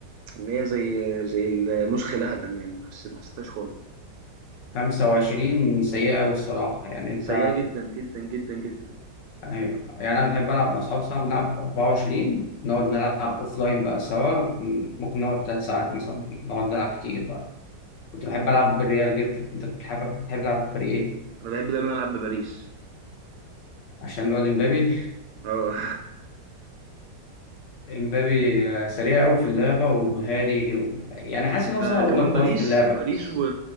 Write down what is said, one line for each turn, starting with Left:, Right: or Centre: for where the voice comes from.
Right: إن هي زي زي النُسخة الأقدم يعني ما حسّي ما حسّيتهاش خالص،
Left: 25 سيئه قوي الصراحه يعني انت
Right: سيّئة جدًا، جدًا، جدًا، جدًا.
Left: ايوه يعني انا بحب العب مع اصحابي صعب نلعب 24 نقعد نلعب اوف لاين بقى سوا ممكن نقعد ثلاث ساعات مثلا نقعد نلعب كتير بقى كنت بحب العب بالريال جدا انت كنت بتحب بتحب تلعب بفريق ايه
Right: أنا باحب دايمًا ألعب بباريس
Left: عشان الواد امبابي
Right: آه
Left: <laughs> امبابي آه، سريع قوي في اللعبه ومهاري و... يعني
Right: <laughs>
Left: حاسس ان هو
Right: ب
Left: صراحه اوفر
Right: كمان
Left: باور
Right: باريس
Left: في اللعبه
Right: باريس
Left: بس
Right: و